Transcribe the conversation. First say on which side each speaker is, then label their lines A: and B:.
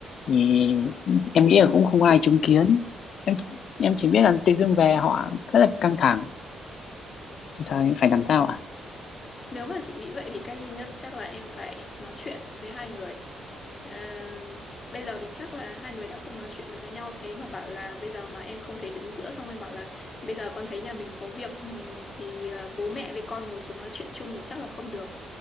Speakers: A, on the left (about 65°); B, on the left (about 40°).
A: Thì em nghĩ là cũng không ai chứng kiến
B: ừ.
A: em chỉ biết là tự dưng về họ rất là căng thẳng giờ
B: ừ.
A: em phải làm sao ạ
B: Nếu mà chị nghĩ vậy thì cách duy nhất chắc là em phải nói chuyện với hai người À, bây giờ thì chắc là hai người đã không nói chuyện được với nhau thế mà bảo là bây giờ mà em không thể đứng giữa xong em bảo là bây giờ con thấy nhà mình có việc ừm, thì ờ, bố mẹ với con ngồi xuống nói chuyện chung thì chắc là không được